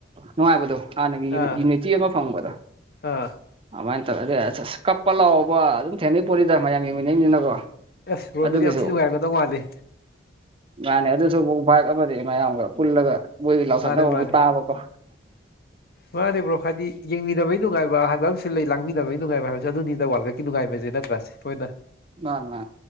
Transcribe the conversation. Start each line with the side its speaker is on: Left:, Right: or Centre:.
Right: ꯅꯨꯡꯉꯥꯏꯕꯗꯣ ꯍꯥꯟꯅꯒꯤ
Left: ꯑꯥ
Right: ꯌꯨꯅꯤꯇꯤ ꯑꯃ ꯐꯪꯕꯗꯣ
Left: ꯑꯥ
Right: ꯑꯗꯨꯃꯥꯏꯅ ꯇꯧꯔꯒ ꯑꯗꯨꯗꯤ ꯑꯁ ꯑꯁ ꯀꯞꯄ ꯂꯥꯛꯑꯣꯕ ꯑꯗꯨꯝ ꯊꯦꯡꯅꯩ ꯄꯣꯠꯅꯤꯗ ꯃꯌꯥꯝ ꯌꯦꯡꯃꯤꯟꯅꯩꯅꯤꯅꯀꯣ
Left: ꯑꯦꯁ ꯕ꯭ꯔꯣ
Right: ꯑꯗꯨꯒꯤꯁꯨ
Left: ꯑꯗꯨꯗꯤ ꯌꯥꯝ ꯊꯤ ꯅꯨꯡꯉꯥꯏꯔꯝꯒꯗꯧ ꯃꯥꯜꯂꯤ
Right: ꯃꯥꯅꯦ ꯑꯗꯨꯁꯨ ꯑꯃꯨꯛ ꯚꯥꯏꯞ ꯑꯃꯅꯤ ꯃꯌꯥꯝꯒ ꯄꯨꯜꯂꯒ ꯃꯣꯏꯗꯤ ꯂꯥꯎꯊꯠꯅꯕ
Left: ꯃꯥꯅꯦ ꯃꯥꯅꯦ
Right: ꯃꯣꯏ ꯇꯥꯕꯀꯣ
Left: ꯃꯥꯅꯦ ꯕ꯭ꯔꯣ ꯍꯥꯏꯗꯤ ꯌꯦꯡꯃꯤꯟꯅꯕꯒꯤ ꯅꯨꯡꯉꯥꯏꯕ ꯍꯥꯏꯕ ꯑꯃꯁꯨ ꯂꯩ ꯂꯥꯡꯃꯤꯟꯅꯕꯒꯤ ꯅꯨꯡꯉꯥꯏꯕ ꯍꯥꯏꯕꯁꯨ ꯑꯗꯨꯅꯤꯗ ꯋꯥꯠꯂꯀꯞ ꯀꯤ ꯅꯨꯡꯉꯥꯏꯕꯖꯦ ꯅꯠꯇ꯭ꯔꯥꯁꯦ ꯍꯣꯏꯗ
Right: ꯃꯥꯅꯥ